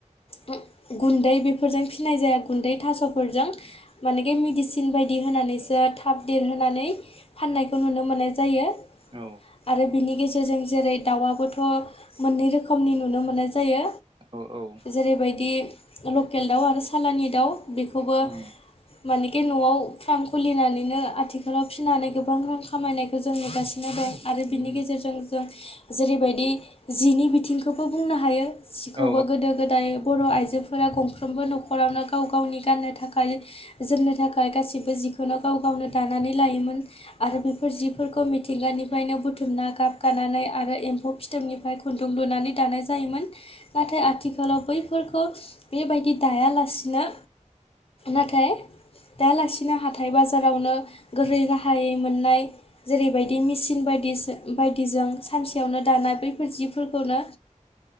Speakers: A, on the left (about 45°); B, on the right (about 40°).
A: <unintelligible> गुन्दै बेफोरजों फिसिनाय जाया गुन्दै थास'फोरजों बे मेडिसिन बायदि होनानैसो थाब देरहोनानै फाननायखौ नुनो मोननाय जायो
B: औ
A: आरो बिनि गेजेरजों जेरै दाउआबोथ' मोननै रोखोमनि नुनो मोननाय जायो
B: औ औ
A: जेरैबायदि लकेल दाउ आरो सालानि दाउ बेखौबो
B: उम
A: मानेखे न'आव फार्म खुलिनानैनो आथिखालाव फिसिनानै गोबां रां खामायनायखौ जों नुगासिनो दं आरो
B: उम
A: बिनि गेजेरजों जों जेरैबायदि जिनि बिथिंखौबो बुंनो हायो सिखौबो
B: औ
A: गोदो गोदाय बर' आइजोफोर आइजोफोरा गंफ्रोमबो न'खरावनो गाव गावनि गाननो थाखाय जोमनो थाखाय गासिबो जिखौनो गाव गावनो दानानै लायोमोन आरो बेफोर जिफोरखौ मिथिंगानि निफ्रायनो बुथुमना गाब गानानै आरो एम्फौ फिथोबनिफ्राय खुन्दुं लुनानै दानाय जायोमोन नाथाय आथिखालाव बैफोरखौ बेबायदि दायालासिनो नाथाय दालासिनो हाथाय बाजारावनो गोरै गाहायै मोननाय जेरैबायदि मिसिन बायदि बायदिजों सानसेयावनो दानाय बैफोर जिफोरखौनो